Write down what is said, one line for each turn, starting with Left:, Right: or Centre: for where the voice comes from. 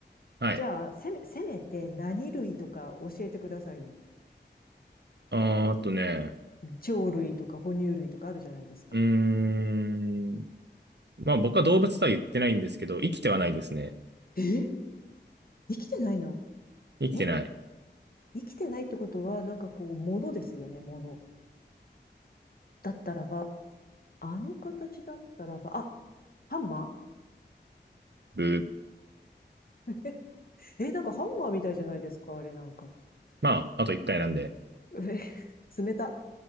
Right: はい。
Left: じゃあ、せめ、せめて何類とか教えてくださいよ。
Right: あー、あとね。
Left: うん鳥類とか哺乳類とかあるじゃないですか。
Right: うーん。まあ僕は動物とは言ってないんですけど、生きてはないですね。
Left: え生きてないの
Right: 生きてない。
Left: え生きてないってことは、なんかこう、ものですよね、もの。だったらば、あの形だったらば、あ、ハンマー
Right: ブー。
Left: <laughs> え、なんかハンマーみたいじゃないですか、あれなんか。
Right: まあ、あと1回なんで。
Left: え、冷た。